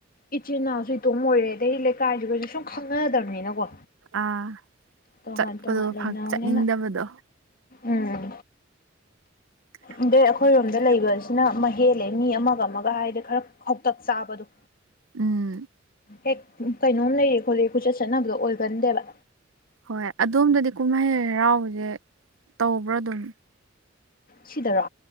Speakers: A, on the left; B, on the right.
A: ꯏꯆꯤꯟ ꯏꯅꯥꯎꯁꯨ ꯏꯇꯣꯝ ꯑꯣꯏꯔꯦ ꯑꯗꯩ ꯂꯩꯀꯥꯏꯗꯨꯒꯁꯨ ꯁꯨꯝ ꯈꯪꯅꯗ꯭ꯔꯝꯅꯤꯅꯀꯣ꯫
B: ꯑꯥ
A: ꯇꯣꯡꯉꯥꯟ
B: ꯆꯠꯄꯗꯣ
A: ꯇꯣꯡꯉꯥꯟ ꯂꯩꯅꯥꯕꯅꯤꯅ
B: ꯆꯠꯅꯤꯡꯗꯕꯗꯣ
A: ꯎꯝ꯫
B: <unintelligible>
A: ꯑꯗꯩ ꯑꯩꯈꯣꯏꯔꯣꯝꯗ ꯂꯩꯕꯁꯤꯅ ꯑꯃ ꯍꯦꯜꯂꯦ ꯃꯤ ꯑꯃꯒ ꯑꯃꯒ ꯍꯥꯏꯗꯤ ꯈꯔ ꯈꯧꯇꯛ ꯆꯥꯕꯗꯣ
B: ꯎꯝ
A: ꯍꯦꯛ ꯀꯩꯅꯣꯝ ꯂꯩꯌꯦ ꯈꯣꯠꯂꯦ ꯀꯣꯏꯆꯠ ꯆꯠꯅꯕꯗꯣ ꯑꯣꯏꯒꯟꯗꯦꯕ꯫
B: ꯍꯣꯏ ꯑꯗꯣꯝꯗꯗꯤ ꯀꯨꯝꯍꯩ ꯍꯔꯥꯎꯕꯁꯦ ꯇꯧꯕ꯭ꯔꯥ ꯑꯗꯨꯝ꯫
A: ꯁꯤꯗꯔꯣ?